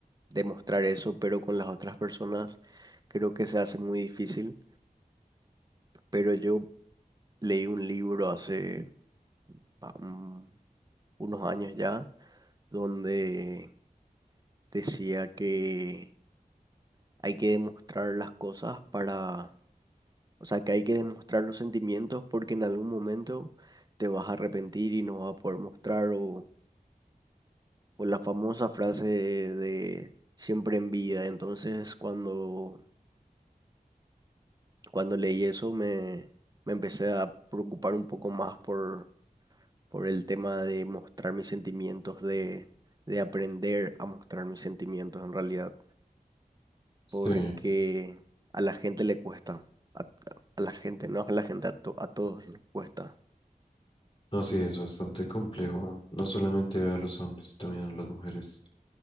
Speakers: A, on the right (about 25°); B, on the left (about 40°).
A: demostrar eso, pero con las otras personas creo que se hace muy difícil. Pero yo leí un libro hace ah, un- unos años ya, donde decía que hay que demostrar las cosas para, o sea, que hay que demostrar los sentimientos porque en algún momento te vas a arrepentir y no vas a poder mostrar o, o la famosa frase de siempre en vida. Entonces, cuando Cuando leí eso me, me empecé a preocupar un poco más por, por el tema de mostrar mis sentimientos, de, de aprender a mostrar mis sentimientos en realidad,
B: Sí,
A: porque a la gente le cuesta, a, a la gente, no a la gente, a, to- a todos les cuesta.
B: no, sí, es bastante complejo, no solamente a los hombres, también a las mujeres.